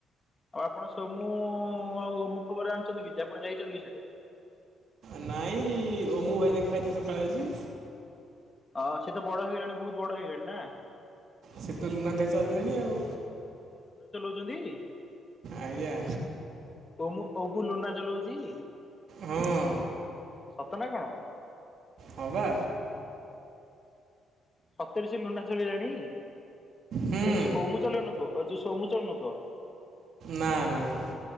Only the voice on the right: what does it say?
ନାଇଁ ଓମୁ ଭାଇ ଦେଖାଇଛି ସକାଳେ ଆଜି
ସେ ତ ଲୁନାଥାଇ ଚାଲିଲେଣି ଆଉ।
ଆଜ୍ଞା।
ହଁ
ହବା
ହୁଁ
ନା ନା ନା